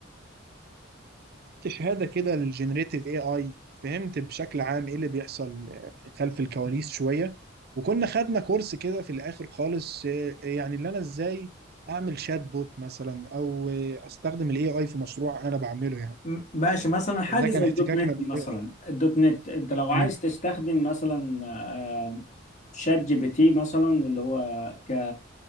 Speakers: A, on the right; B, on the left.
A: شهادة كده للجنريتيف اي اي فهمت بشكل عام ايه اللي بيحصل آه، خلف الكواليس شوية وكنا خدنا كورس كده في الاخر خالص آه، يعني اللي انا ازاي اعمل شات بوت مثلا او آه، استخدم الاي اي في مشروع انا بعمله يعني
B: م- ماشي مثلا حاجة
A: ده كان
B: زي
A: احتكاكنا
B: الدوت نت
A: بالاي
B: مثلا الدوت نت انت لو عايز
A: اي
B: تستخدم مثلا آه، شات جي بي تي مثلا اللي هو ك